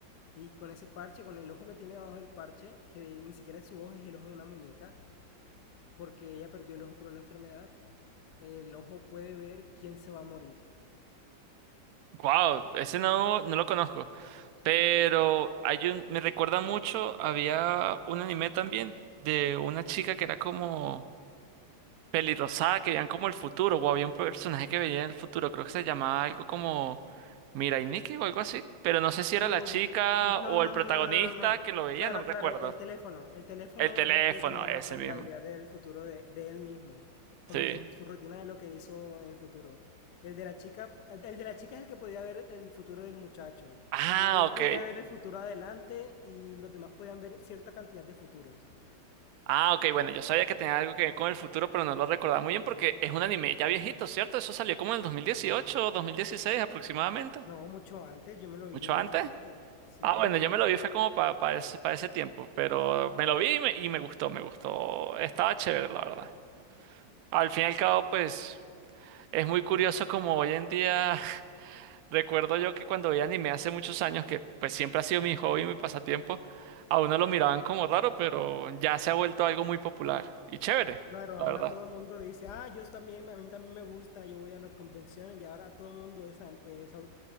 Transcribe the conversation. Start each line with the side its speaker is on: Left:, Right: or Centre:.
Left: Y con ese parche, con el ojo que tiene debajo del parche, que ni siquiera es su ojo, es el ojo de una muñeca, porque ella perdió el ojo por una enfermedad, el ojo puede ver quién se va a morir.
Right: Wow, ese no, no lo conozco. Pero hay un, me recuerda mucho, había un anime también de una chica que era como pelirrosada, que veían como el futuro, o había un personaje que veía el futuro, creo que se llamaba algo como Mirai Nikki o algo así, pero no sé si era
Left: Uh,
Right: la chica
Left: no,
Right: o
Left: no,
Right: el protagonista
Left: no, no, no, no. no.
Right: que lo veía,
Left: Claro,
Right: no recuerdo.
Left: claro, el teléfono. El teléfono
Right: El teléfono,
Left: era el que tenía
Right: ese
Left: la,
Right: mismo.
Left: la habilidad del futuro de, de él mismo. Como
Right: Sí.
Left: que su rutina de lo que hizo en el futuro. El de la chica, el el de la chica es el que podía ver el futuro del muchacho.
Right: Ah,
Left: El de él
Right: ok.
Left: podría ver el futuro adelante y los demás podían ver cierta cantidad de futuros.
Right: Ah, ok, bueno, yo sabía que tenía algo que ver con el futuro, pero no lo recordaba muy bien porque es un anime ya viejito, ¿cierto? Eso salió como en el 2018 o 2016 aproximadamente.
Left: No, mucho antes, yo me lo vi
Right: ¿Mucho
Left: mucho
Right: antes?
Left: antes. Sí.
Right: Ah, bueno, yo me lo vi, fue como para ese, pa ese tiempo, pero me lo vi y me, y me gustó, me gustó. Estaba chévere, la verdad. Al fin y al cabo, pues es muy curioso como hoy en día, <laughs> recuerdo yo que cuando veía anime hace muchos años, que pues siempre ha sido mi hobby, mi pasatiempo, a uno lo miraban como raro, pero ya se ha vuelto algo muy popular y chévere,
Left: Claro,
Right: la
Left: ahora
Right: verdad.
Left: todo el mundo dice, ah, yo también, a mí también me gusta, yo voy a las convenciones y ahora todo el mundo es, an- es, au-